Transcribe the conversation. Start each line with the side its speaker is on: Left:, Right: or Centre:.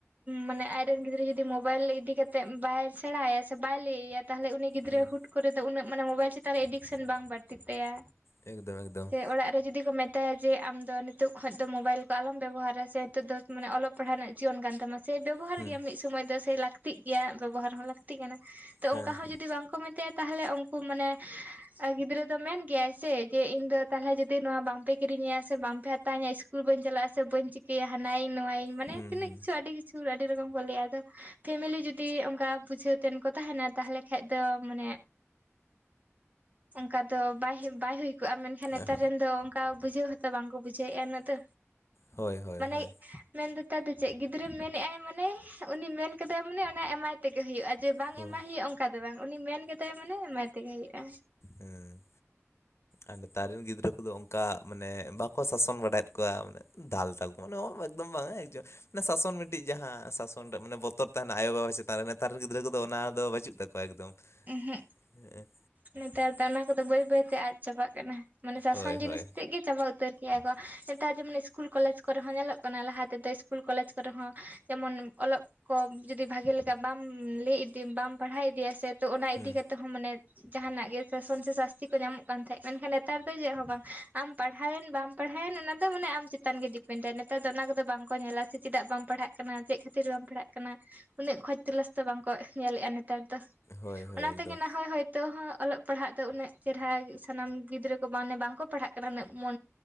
Right: ᱢᱟᱱᱮ ᱟᱡ ᱟᱡ ᱨᱮᱱ ᱜᱤᱫᱽᱨᱟᱹ ᱡᱩᱫᱤ ᱢᱳᱵᱟᱭᱤᱞ ᱤᱫᱤ ᱠᱟᱛᱮᱫ ᱵᱟᱭ ᱥᱮᱬᱟᱭᱟ ᱥᱮ ᱵᱟᱭ ᱞᱟᱹᱭ ᱟᱭᱟ ᱛᱟᱦᱚᱞᱮ ᱩᱱᱤ ᱜᱤᱫᱽᱨᱟᱹ
Left: ᱦᱩᱸ
Right: ᱦᱩᱴ ᱠᱚᱨᱮ ᱠᱚᱨᱮ ᱫᱚ ᱩᱱᱟᱹᱜ ᱢᱟᱱᱮ ᱢᱳᱵᱟᱭᱤᱞ ᱪᱮᱛᱟᱱ ᱨᱮ ᱮᱰᱤᱠᱥᱮᱱ ᱵᱟᱝ ᱵᱟᱹᱲᱛᱤᱜ ᱛᱟᱭᱟ
Left: ᱮᱠᱫᱚᱢ ᱮᱠᱫᱚᱢ
Right: ᱥᱮ ᱚᱲᱟᱜ ᱨᱮ ᱡᱩᱫᱤ ᱠᱚ ᱢᱮᱛ ᱢᱮᱛᱟᱭᱟ ᱡᱮ ᱟᱢᱫᱚ ᱱᱤᱛᱚᱜ ᱠᱷᱚᱡ ᱫᱚ ᱢᱳᱵᱟᱭᱤᱞ ᱠᱚ ᱟᱞᱚᱢ ᱵᱮᱵᱚᱦᱟᱨᱟ ᱥᱮ ᱱᱤᱛᱚᱜ ᱫᱚ ᱢᱟᱱᱮ ᱚᱞᱚᱜ ᱯᱟᱲᱦᱟᱜ ᱨᱮᱱᱟᱜ ᱡᱤᱭᱚᱱ ᱠᱟᱱ ᱛᱟᱢᱟ ᱥᱮ ᱵᱮᱵᱚ
Left: ᱦᱩᱸ
Right: ᱜᱮᱭᱟ ᱢᱤᱫ ᱥᱚᱢᱚᱭ ᱫᱚ ᱥᱮ ᱞᱟᱹᱠᱛᱤᱜ ᱜᱮᱭᱟ ᱵᱮᱵᱚᱦᱟᱨ ᱦᱚᱸ ᱞᱟᱹᱠᱛᱤ ᱠᱟᱱᱟ ᱛᱚ
Left: ᱦᱮᱸ
Right: ᱚᱱᱠᱟ ᱦᱚᱸ ᱡᱩᱫᱤ ᱵᱟᱝ ᱠᱚ ᱢᱮᱛ ᱭᱟ ᱛᱟᱦᱞᱮ ᱩᱱᱠᱩ ᱢᱟᱱᱮ ᱟᱨ ᱜᱤᱫᱽᱨᱟᱹ ᱫᱚ ᱢᱮᱱ ᱜᱮᱭᱟᱭ ᱥᱮ ᱡᱮ ᱤᱧ ᱫᱚ ᱛᱟᱦᱚᱞᱮ ᱡᱩᱫᱤ ᱱᱚᱣᱟ ᱵᱟᱝᱯᱮ ᱠᱤᱨᱤᱧᱟ ᱥᱮ ᱵᱟᱝᱯᱮ ᱦᱟᱛᱟᱣᱤᱧᱟᱹ ᱤᱥᱠ ᱠᱩᱞ ᱵᱟᱹᱧ ᱪᱟᱞᱟᱜᱼᱟ ᱥᱮ ᱵᱟᱧ ᱪᱤᱠᱟᱹᱭᱟ ᱦᱟᱱᱟᱭᱟᱧ ᱱᱚᱣᱟᱭᱟᱧ ᱢᱟᱱᱮ
Left: ᱦᱩᱸ
Right: ᱛᱤᱱᱟᱹᱜ
Left: ᱦᱩᱸ
Right: ᱠᱤᱪᱷᱩ ᱟᱹᱰᱤ ᱠᱤᱪᱷᱩ ᱟᱹᱰᱤ ᱨᱚᱠᱚᱢ ᱠᱚ ᱞᱟᱹᱭᱟ ᱟᱫᱚ ᱯᱷᱮᱢᱮᱞᱤ ᱡᱩᱫᱤ ᱚᱱᱠᱟ ᱵᱩᱡᱷᱟᱹ ᱛᱮᱱ ᱠᱚ ᱛᱟᱦᱮᱱᱟ ᱛᱟᱦᱞᱮ ᱠᱷᱟᱱ ᱫᱚ ᱢᱟᱱᱮ ᱚᱱᱠᱟ ᱫᱚ ᱵᱟᱭ ᱵᱟᱭ ᱦᱩᱭ ᱠᱚᱜᱼᱟ ᱢᱮᱱᱠᱷᱟᱱ ᱱᱮᱛᱟᱨ
Left: ᱮᱦ,
Right: ᱨᱮᱱ ᱫᱚ ᱚᱱᱠᱟ ᱵᱩᱡᱷᱟᱹᱣ ᱦᱚᱸᱛᱚ ᱵᱟᱝᱠᱚ ᱵᱩᱡᱷᱟᱹᱣᱮᱫᱼᱟ ᱩᱱᱟᱹᱜ ᱫᱚ
Left: ᱦᱳᱭ ᱦᱳᱭ
Right: ᱢᱟᱱᱮ
Left: ᱦᱳᱭ᱾
Right: ᱢᱮᱱ ᱫᱟ ᱫᱚ ᱪᱮᱫ ᱜᱤᱫᱽᱨᱟᱹ ᱢᱮᱱᱫᱟᱭ ᱢᱟᱱᱮ ᱩᱱᱤ ᱢᱮᱱ ᱠᱟᱫᱟᱭ ᱢᱟᱱᱮ ᱚᱱᱟ ᱮᱢᱟᱭ ᱛᱮᱜᱮ ᱦᱩᱭᱩᱜᱼᱟ ᱡᱮ ᱵᱟᱝ
Left: ᱦᱳᱭ
Right: ᱮᱢᱟᱭ ᱦᱩᱭᱩᱜᱼᱟ ᱚᱱᱠᱟ ᱫᱚ ᱵᱟᱝ ᱩᱱᱤ ᱢᱮᱱ ᱠᱮᱫᱟᱭ ᱢᱟᱱᱮ ᱮᱢᱟᱭ ᱛᱮᱜᱮ ᱦᱩᱭᱩᱜᱼᱟ᱾
Left: ᱦᱮᱸ ᱟᱫᱚ ᱛᱟᱨᱮᱱ ᱜᱤᱫᱽᱨᱟᱹ ᱠᱚᱫᱚ ᱚᱱᱠᱟ ᱢᱟᱱᱮ ᱵᱟᱠᱚ ᱥᱟᱥᱚᱱ ᱵᱟᱲᱟᱭᱮᱫ ᱠᱚᱣᱟ ᱢᱟᱱᱮ ᱫᱟᱞ ᱛᱟᱞ ᱠᱚ ᱢᱟᱱᱮ ᱮᱠᱫᱚᱢ ᱵᱟᱝᱟ ᱮᱠᱚᱢ ᱢᱮ ᱥᱟᱥᱚᱱ ᱢᱤᱫᱴᱤᱡ ᱡᱟᱦᱟᱸ ᱥᱟᱥᱚᱱ ᱨᱮ ᱢᱟᱱᱮ ᱵᱚᱛᱚᱨ ᱛᱟᱦᱮᱱᱟ ᱟᱭᱳᱼᱵᱟᱵᱟ ᱪᱮ ᱛᱟᱦᱞᱮ ᱱᱮᱛᱟᱨ ᱨᱮᱱ ᱜᱤᱫᱽᱨᱟᱹ ᱠᱚᱫᱚ ᱚᱱᱟ ᱫᱚ ᱵᱟᱹᱪᱩᱜ ᱛᱟᱠᱚᱣᱟ ᱮᱠᱫᱚᱢ
Right: ᱮᱸ ᱦᱮᱜ
Left: ᱦᱮᱸ᱾
Right: ᱱᱮᱛᱟᱨ ᱫᱚ ᱚᱱᱟ ᱠᱚᱫᱚ ᱵᱟᱹᱭ ᱵᱟᱹᱭᱛᱮ ᱟᱫ ᱪᱟᱵᱟᱜ ᱠᱟᱱᱟ ᱢᱟᱱᱮ ᱥᱟᱥᱚᱱ
Left: ᱦᱳᱭ
Right: ᱡᱤᱱᱤᱥ
Left: ᱦᱳᱭ
Right: ᱛᱮᱫ ᱜᱮ ᱪᱟᱵᱟ ᱩᱛᱟᱹᱨ ᱠᱮᱜ-ᱟ ᱠᱚ, ᱱᱮᱛᱟᱨ ᱡᱮᱢᱚᱱ ᱤᱥᱠᱩᱞ ᱠᱚᱞᱮᱡᱽ ᱠᱚᱨᱮ ᱦᱚᱸ ᱧᱮᱞᱚᱜ ᱠᱟᱱᱟ ᱞᱟᱦᱟ ᱛᱮᱫᱚ ᱤᱥᱠᱩᱞ ᱠᱚᱞᱮᱡᱽ ᱠᱚᱨᱮ ᱦᱚᱸ ᱡᱮᱢᱚᱱ ᱚᱞᱚᱜ ᱠᱚ ᱡᱩᱫᱤ ᱵᱷᱟᱜᱤ ᱞᱮᱠᱟ ᱵᱟᱢ ᱞᱟᱹᱭ ᱤᱫᱤ ᱵᱟᱢ ᱯᱟᱲᱦᱟᱣ ᱤᱫᱤᱭᱟ ᱥᱮ ᱛᱚ ᱚᱱᱟ ᱤᱫᱤ
Left: ᱦᱩᱸ
Right: ᱠᱟᱛᱮ ᱢᱟᱱᱮ ᱡᱟᱦᱟᱱᱟᱜ ᱜᱮ ᱥᱟᱥᱚᱱ ᱥᱮ ᱥᱟᱥᱛᱤ ᱠᱚ ᱧᱟᱢᱚᱜ ᱠᱟᱱ ᱛᱟᱦᱮᱸᱫ ᱢᱮᱱᱠᱷᱟᱱ ᱱᱮᱛᱟᱨ ᱫᱚ ᱪᱮᱫ ᱦᱚᱸ ᱵᱟᱝ, ᱟᱢ ᱯᱟᱲᱦᱟᱣ ᱮᱱ ᱵᱟᱢ ᱯᱟᱲᱦᱟᱣᱮᱱ ᱚᱱᱟᱫᱚ ᱢᱟᱱᱮ ᱟᱢ ᱪᱮᱛᱟᱱ ᱜᱮ ᱰᱤᱯᱮᱱᱰ ᱟᱭ, ᱱᱮᱛᱟᱨ ᱫᱚ ᱚᱱᱟ ᱵᱟᱝᱠᱚ ᱧᱮᱞᱟ ᱥᱮ ᱪᱮᱫᱟᱜ ᱵᱟᱢ ᱯᱟᱲᱦᱟᱜ ᱠᱟᱱᱟ ᱪᱮᱫ ᱠᱷᱟᱹᱛᱤᱨ ᱵᱟᱢ ᱯᱟᱲᱦᱟᱜ ᱠᱟᱱᱟ, ᱩᱱᱟᱹᱜ ᱠᱷᱚᱡᱽ ᱛᱚᱞᱟᱥ ᱫᱚ ᱵᱟᱝᱠᱚ ᱧᱮᱞᱮᱫᱼᱟ ᱱᱮᱛᱟᱨ ᱫᱚ᱾
Left: ᱦᱳᱭ ᱦᱳᱭ
Right: ᱚᱱᱟ
Left: ᱮᱠᱫᱚᱢ
Right: ᱛᱮᱜᱮ ᱱᱟᱦᱚᱭ ᱦᱳᱭᱛᱳ ᱦᱚᱸ ᱚᱞᱚᱜ ᱯᱟᱲᱦᱟᱜ ᱫᱚ ᱩᱱᱟᱹᱜ ᱪᱮᱦᱨᱟ ᱥᱟᱱᱟᱢ ᱜᱤᱫᱽᱨᱟᱹ ᱠᱚ ᱢᱟᱱᱮ ᱵᱟᱝᱠᱚ ᱯᱟᱲᱦᱟᱜ ᱠᱟᱱᱟ ᱩᱱᱟᱹᱜ ᱢᱚ